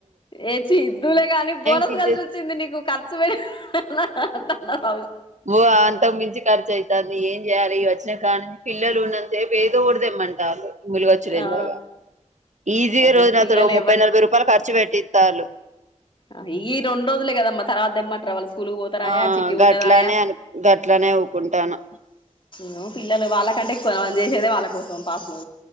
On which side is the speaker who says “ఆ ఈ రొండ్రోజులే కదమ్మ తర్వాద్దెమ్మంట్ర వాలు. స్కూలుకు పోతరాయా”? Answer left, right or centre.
Left